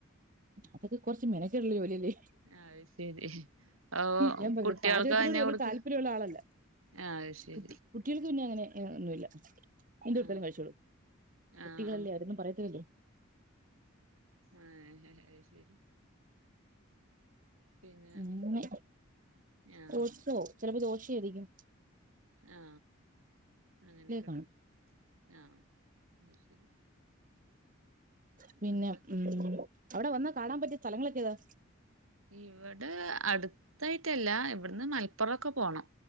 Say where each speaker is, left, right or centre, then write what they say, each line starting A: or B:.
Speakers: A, on the right; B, on the right.
A: അതൊക്കെ കൊറച്ച് മെനക്കേട്ള്ള ജോലിയല്ലെ
B: അത് ശരി ഓ
A: ഞാൻ പറഞ്ഞ്ലെ
B: കുട്ടികൾക്ക്
A: പാചകത്തിനോട്
B: തന്നെ
A: വല്യ
B: കൊടുക്ക
A: താല്പര്യ ഉള്ള ആളല്ല
B: ആഹ് അയ് ശരി
A: കുട്ടി കുട്ടേൾക്ക് പിന്നെ അങ്ങനെ ഒന്നുല്ല <unintelligible>
B: ആഹ്
A: കുട്ടികളല്ലേ
B: ആഹ് ആഹ്
A: അവരൊന്നും പറയത്തില്ലല്ലൊ
B: ഏ അയ് ശരി പിന്നെ
A: ഇന്ന്
B: ആഹ്
A: ഓട്സോ ചെലപ്പ ദോശയായിരിയ്ക്കും
B: ആ അങ്ങനെയൊക്കെണ്ട്
A: കാണും
B: ആ അയ് ശരി
A: പിന്നെ
B: എന്നിട്ട്
A: ഉം അവടെ വന്നാ കാണാൻ പറ്റിയ സ്ഥലങ്ങളൊക്കെ താ
B: ഇവടെ അടുത്തായിട്ടല്ല ഇവിടുന്ന് മല പ്പുറൊക്കെ പോണം